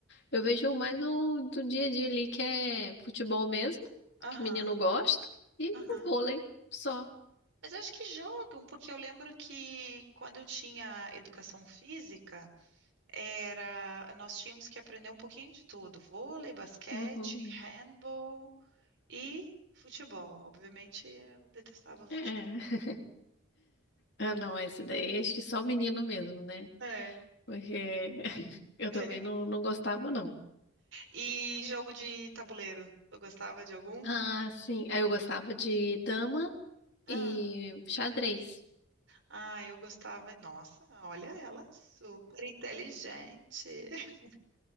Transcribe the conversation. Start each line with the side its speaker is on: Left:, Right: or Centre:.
Left: Eu vejo mais o do dia a dia ali, que é futebol mesmo,
Right: aham,
Left: que menino gosta, e
Right: aham.
Left: o vôlei só.
Right: Mas eu acho que jogam, porque eu lembro que quando eu tinha educação física, era nós tínhamos que aprender um pouquinho de tudo: vôlei, basquete,
Left: Uhum.
Right: handball e futebol. Obviamente, eu detestava futebol.
Left: É. Ah, não, esse daí acho que só o menino mesmo, né?
Right: É.
Left: Porque <laughs> eu
Right: <laughs>
Left: também não, não gostava, não.
Right: E jogo de tabuleiro? Eu gostava de algum?
Left: Ah, sim. Aí eu gostava de dama
Right: Ah,
Left: e xadrez.
Right: ah, eu gostava. Nossa, olha ela, super inteligente. <laughs>